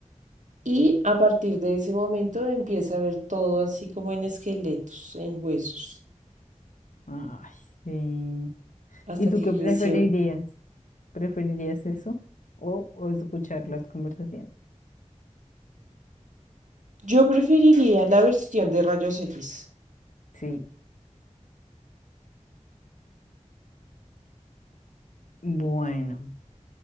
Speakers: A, on the right; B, on the left.
A: Y a partir de ese momento empieza a ver todo así como en esqueletos, en huesos,
B: Ay, sí.
A: hasta
B: ¿Y tú
A: que
B: qué
A: creció.
B: preferirías? ¿Preferirías eso o, o escuchar las conversaciones?
A: Yo preferiría la versión de rayos X.
B: Sí. Bueno,